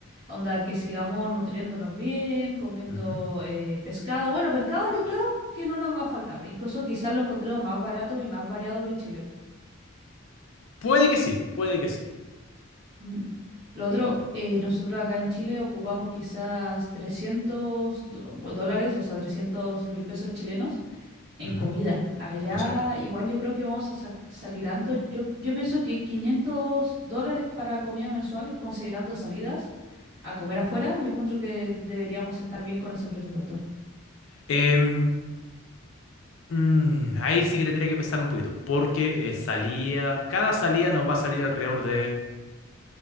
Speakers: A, on the right; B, on the left.
A: Onda, que sigamos nutriéndonos bien, comiendo
B: Ujú.
A: eh, pescado. Bueno, pescado yo creo que no nos va a faltar. Incluso quizás lo encontremos más barato y más variado que en Chile.
B: Puede que sí, puede que sí.
A: Mm. Lo otro, eh, nosotros acá en Chile ocupamos quizás 300 do- dólares, o sea, trescientos mil pesos chilenos En
B: Ujú.
A: comida. Allá
B: Exacto.
A: igual yo creo que vamos a sac- salir antes. Yo, yo pienso que 500 dólares para comida mensual, considerando salidas a comer afuera, yo encuentro que deberíamos estar bien con ese presupuesto.
B: Em, mm, ahí sí que tendría que pensar un poquito, porque eh, salía, cada salida nos va a salir alrededor de